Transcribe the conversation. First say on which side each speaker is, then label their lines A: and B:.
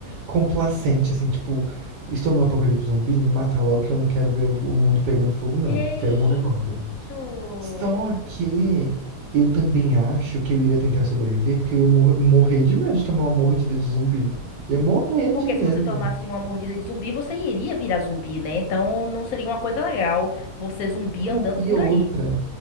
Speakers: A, on the right; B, on the left.
A: complacente, assim, tipo, estou no apocalipse zumbi, me matar logo que eu não quero ver o o mundo pegando fogo, não.
B: Que
A: Quero morrer logo.
B: isso?
A: Só que eu também acho que eu iria tentar sobreviver, porque eu ia mor- morrer de medo de tomar uma mordida de zumbi. Ia morrer
B: Porque
A: de medo.
B: se você tomasse uma mordida de zumbi, você iria virar zumbi, né? Então não seria uma coisa legal você zumbi
A: Não,
B: andando
A: e
B: por
A: outra.
B: aí.